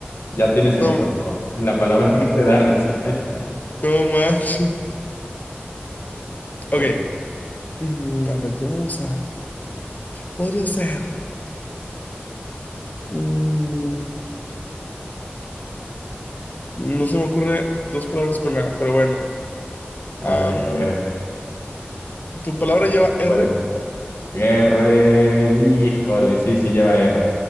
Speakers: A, on the left (about 80°); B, on the left (about 45°).
A: Ya tienes el
B: No,
A: tronco,
B: ma-
A: la palabra <laughs> que te da risa. <laughs>
B: no manches. Ok.
A: Te-
B: Mm, a ver, lleva dos A. ¿Qué podría ser? Mm, no se me ocurre dos palabras con A, pero bueno.
A: A
B: Am,
A: ver, a ver,
B: ¿tu palabra
A: tú puedes,
B: lleva
A: tú
B: R?
A: puedes. R, híjole, sí, sí lleva R.